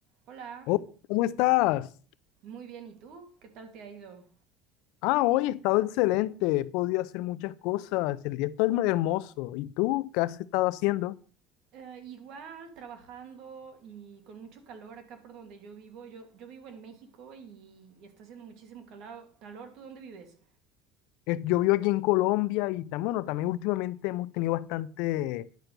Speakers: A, on the right (about 55°); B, on the left (about 70°).
A: Hola,
B: Oh, ¿cómo estás?
A: muy bien. ¿Y tú? ¿Qué tal te ha ido?
B: Ah, hoy he estado excelente, he podido hacer muchas cosas, el día está muy hermoso. ¿Y tú qué has estado haciendo?
A: Eh, igual, trabajando y con mucho calor acá por donde yo vivo. Yo, yo vivo en México y, y está haciendo muchísimo cala- calor. ¿Tú dónde vives?
B: Eh, Yo vivo aquí en Colombia y también, bueno, también últimamente hemos tenido bastante,